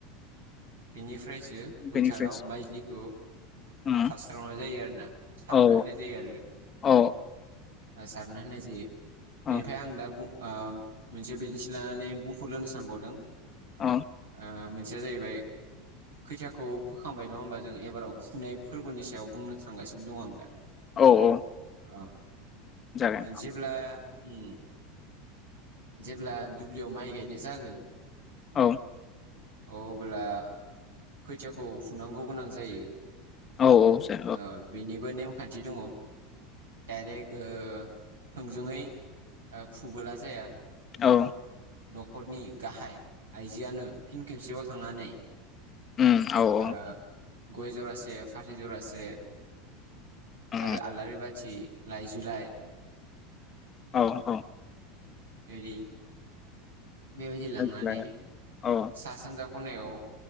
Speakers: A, on the right; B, on the left.
A: बेनिफ्रायसो फोथाराव
B: बेनिफ्राय
A: माइज्लिखौ
B: उम
A: सारस्रांनाय जायो आरोना सारना
B: औ
A: होनाय जायो आरो।
B: औ
A: सारना होननाय जायो। बेनिफ्राय
B: औ
A: आं दा बुं ओ मोनसे बिदिन्थि लानानै बुंफोरलोनो सानबावदों।
B: औ
A: ओ सेया जाहैबाय खैथियाखौ फोखांबाय नङा होमबा जों एबाराव फुनाय फोरबोनि सायाव बुंनो थांगासिनो दं आं दा।
B: औ औ।
A: अ।
B: जागोन औ
A: जेब्ला उम जेब्ला दुब्लियाव माइ गायनाय जागोन
B: औ।
A: अ अब्ला खैथियाखौ फुनांगौ गोनां जायो।
B: औ जा
A: औ बिनिबो नेम खान्थि दङ डाइरेक्ट ओ थोंजोङै फुबोला जाया।
B: औ।
A: न'खरनि गाहाय आइजोआनो फिन खेबसेयाव थांनानै
B: उम औ औ।
A: ओ गय जरासे फाथै जरासे
B: उम
A: आरो आलारिबा थि लायजै लाय
B: औ औ।
A: एरि। बेबायदि लांनानै
B: देग्लाय औ
A: सा, सानजा खनायाव